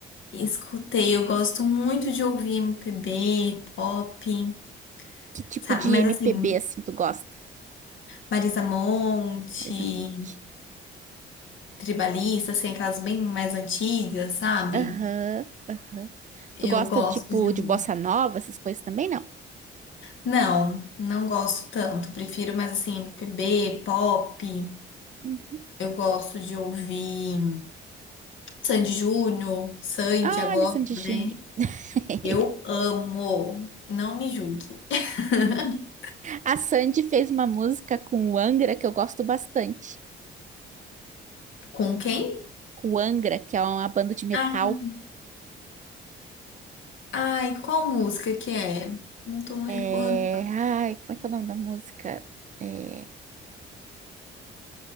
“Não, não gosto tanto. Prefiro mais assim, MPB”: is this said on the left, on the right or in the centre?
Left